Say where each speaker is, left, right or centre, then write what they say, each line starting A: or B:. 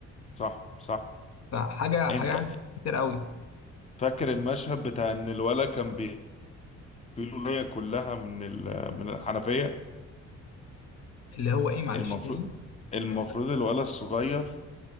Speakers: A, on the left (about 20°); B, on the left (about 55°).
A: صح صح
B: فحاجة
A: انت
B: حاجة كتير قوي
A: فاكر المشهد بتاع ان الولد كان بيقولوا ليا كلها من ال... من الحنفية
B: اللي هو إيه معلش
A: المفروض
B: تاني
A: المفروض
B: ف...
A: الولد الصغير